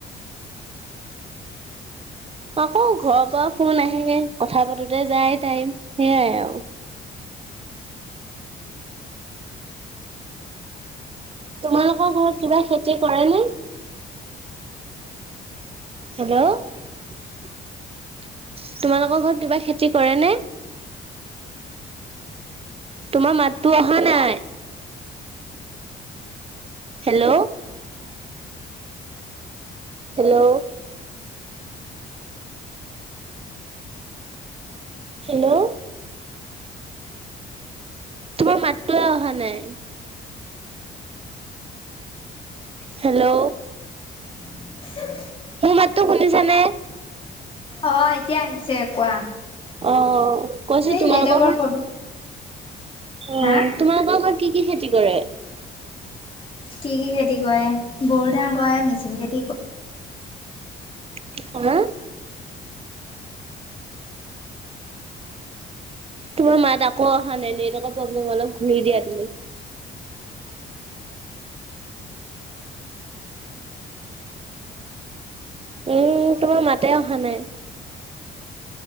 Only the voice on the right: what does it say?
আকৌ ঘৰৰ পৰা ফোন আহে কথা পাতোতে যায় টাইম সেইয়াই আৰু।
তোমালোকৰ ঘৰত কিবা খেতি কৰে নে? হেল্ল' তোমালোকৰ ঘৰত কিবা খেতি কৰে নে? তোমাৰ মাততো অহা নাই। হেল্ল'। হেল্ল'। হেল্ল', তোমাৰ মাততোৱে অহা নাই। হেল্ল',
মোৰ মাততো শুনিছা নে?
অহ, কৈছোঁ
তোমালকৰ
অহ, তোমালোকৰ ঘৰত কি কি খেতি কৰে?
কি ক'লা?
তোমাৰ মাত আকৌ অহা নাই নেটৱৰ্কৰ প্ৰব্লেম হয় অলপ ঘূৰি দিয়া তুমি। উম, তোমাৰ মাতে অহা নাই।